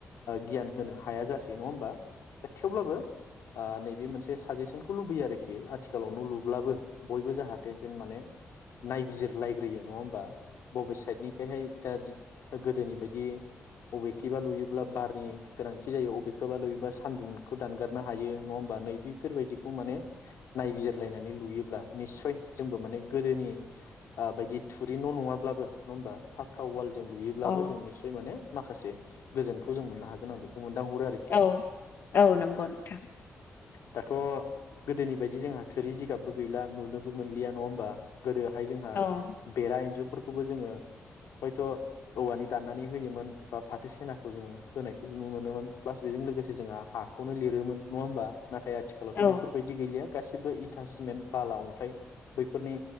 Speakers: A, on the left; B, on the left.
A: गियान होनो हाया जासै नङा होमबा। दा थेवब्लाबो आ नैे बे मोनसे साजेसनखौ लुबयो आरोखि आथिखालाव न' लुब्लाबो बयबो जाहाथे जेनमाने नायबिजिरलायग्रोयो नङा होमबा। बबे साइडनिखायहाय दा गोदोनि बायदि बबेखेबा लुयोब्ला बारनि गोनांथि जायो बबेखबा लुयोबा सान्दुंखौ दानगारनो हायो नङा होमबा नैबेफोरबायदिखौ माने नायबिजिरलायनानै लुयोब्ला निसय जोंबो माने गोदोनि बायदि थुरि न' नङाब्लाबो नङा होमबा फाखक्का वाल जों लुयोब्लाबो
B: औ
A: जों निस्सय माने माखासे गोजोनखौ जों मोननो हागोन मोनदांहरो आरोखि
B: औ औ नंगौ नोंथां
A: थ' गोदोनि बायदि जोंहा थोरि जिगाबबो गैला। नुनोबो मोनलिया नङा होमबा। गोदोहाय जोंहा
B: औ
A: बेरा इन्जुर फोरफोरखौबो जोङो हयथ' औवानि दाननानै होयोमोन बा फाथो सेनाखौ जोङो होनायखौ नुनो मोनोमोन प्लास बेजों लोगोसे जोंहा हाखौनो लिरोमोन नङा होमबा नाथाय आथिखालावथ'
B: औ
A: बेफोरबायदि गैलिया गासैबो इथा सिमेन्ट बाला अन्थाइ बैफोरनि